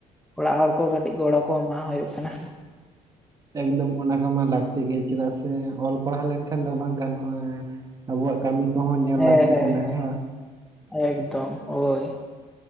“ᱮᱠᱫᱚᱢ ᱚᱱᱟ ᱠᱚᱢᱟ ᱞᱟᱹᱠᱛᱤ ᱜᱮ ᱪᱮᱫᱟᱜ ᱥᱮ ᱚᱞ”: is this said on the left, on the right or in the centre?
Right